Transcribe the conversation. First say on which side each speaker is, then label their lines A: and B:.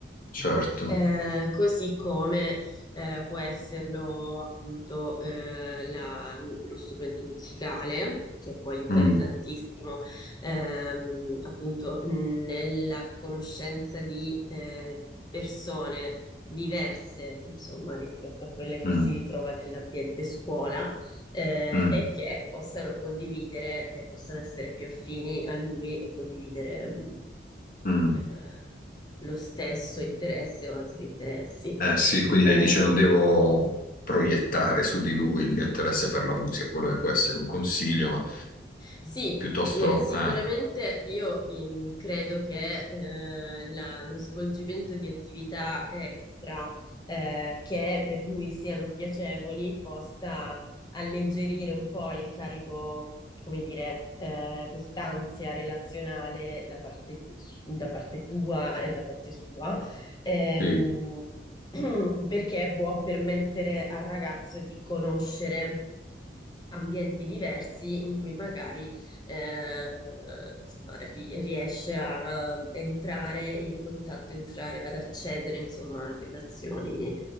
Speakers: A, on the left; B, on the left.
A: certo.
B: Eh, così come eh, può esserlo appunto eh, la- un- lo strumento musicale, che può aiutare
A: Mm,
B: tantissimo ehm, appunto nella conoscenza di eh, persone diverse, insomma, rispetto a quelle che
A: mm,
B: si ritrova nell'ambiente scuola eh,
A: mm,
B: e che possano condividere, e possano essere più affini a lui e condividere mh,
A: mm.
B: eh, lo stesso interesse o altri interessi.
A: Eh sì, quindi
B: Eh,
A: lei dice non devo proiettare su di lui il mio interesse per la musica, quello che può essere un consiglio, ma
B: Sì,
A: piuttosto...
B: eh, sicuramente
A: eh,
B: io ehm, credo che eh, la- lo svolgimento di attività extra eh, che per lui siano piacevoli possa alleggerire un po' il carico, come dire, eh, quest'ansia relazionale da parte di- da parte tua e da parte sua ehm,
A: sì,
B: <clears throat> perché può permettere al ragazzo di conoscere ambienti diversi in cui magari eh, insomma, ri- riesce a entrare in contatto, entrare ad accedere insomma, a relazioni